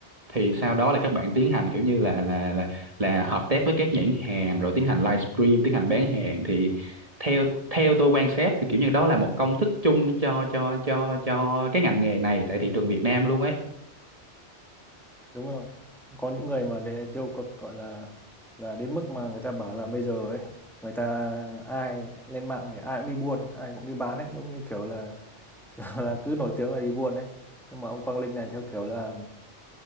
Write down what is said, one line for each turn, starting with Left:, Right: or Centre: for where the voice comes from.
Right: thì sau đó là các bạn tiến hành kiểu như là là là là hợp tác với các nhãn hàng rồi tiến hành livestream tiến hành bán hàng thì theo theo tôi quan sát thì kiểu như đó là một công thức chung cho cho cho cho cái ngành nghề này tại thị trường Việt Nam luôn ấy
Centre: đúng rồi có những người mà để tiêu cực gọi là là đến mức mà người ta bảo là bây giờ ấy người ta ai lên mạng thì ai cũng đi buôn ai cũng đi bán ấy giống như kiểu là <laughs> kiểu là cứ nổi tiếng là đi buôn ấy nhưng mà ông Quang Linh này theo kiểu là